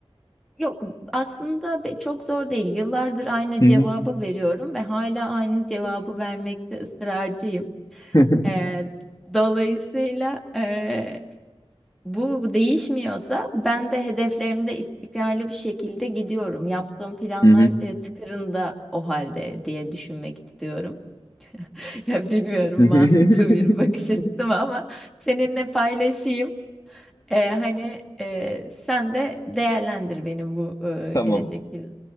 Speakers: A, in the centre; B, on the left.
A: yok aslında be- çok zor değil. Yıllardır aynı
B: Hı
A: cevabı
B: hı.
A: veriyorum ve hala aynı cevabı vermekte ısrarcıyım.
B: <laughs>
A: E, dolayısıyla e, bu değişmiyorsa ben de hedeflerimde istikrarlı bir şekilde gidiyorum. Yaptığım planlar
B: Hı hı.
A: e, tıkırında o halde diye düşünmek istiyorum. <laughs> Ya Bilmiyorum
B: <laughs>
A: mantıklı bir bakış açısı mı ama seninle paylaşayım. Ee, hani e, sen de değerlendir benim bu e,
B: Tamam.
A: gelecek planımı.